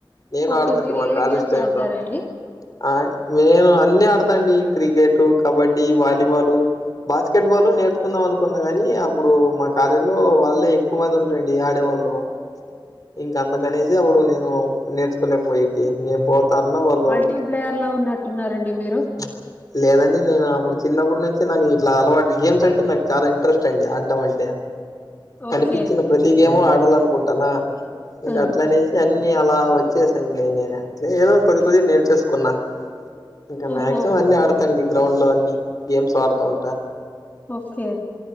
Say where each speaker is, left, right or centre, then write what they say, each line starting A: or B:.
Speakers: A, on the left; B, on the left.
A: నేను
B: ఓకే
A: ఆడుతుంట
B: మీరు
A: మా
B: ఏ
A: కాలేజ్
B: గేమ్స్
A: టైం
B: ఆడతారండి
A: లో. ఆ నేను అన్ని ఆడతాండి. Cricket, kabaddi, volleyball basketball నేర్చుకుందాం అనుకున్న గనీ, అప్ ఇప్పుడూ మా కాలేజ్లో వాళ్ళే ఎక్కువ మంది ఉంటరండి ఆడేవాళ్ళు. ఇంక అందుకనేసి, అప్పుడు నేనూ నేర్చుకోలేక పొయిద్ది. నేను బోతా అన్న వాళ్ళు
B: టిం బ్లేయర్లా ఉన్నట్టున్నారండి మీరు.
A: ప్చ్! లేదండి నేనూ అప్పుడు చిన్నప్పడు నుంచి నాకు ఇట్లా అలవాటు. గేమ్స్ అంటే, నాకు చాలా ఇంట్రెస్ట్ అండి. అ అంటే
B: ఓకే
A: కనిపించిన ప్రతి గేము ఆడాలనుకుంటానా ఇంకా
B: ఆ!
A: అట్లానే అన్నీ అలా వచ్చేసయండి నేను అట్ల ఏదో కొద్ది కొద్దిగా నేర్చేసుకున్నా ఇంకా
B: ఓహో
A: మాక్సిమం అన్ని ఆడతాం మీ గ్రౌండ్ లో అన్ని గేమ్స్ ఆడుతా ఉంటా
B: ఓకే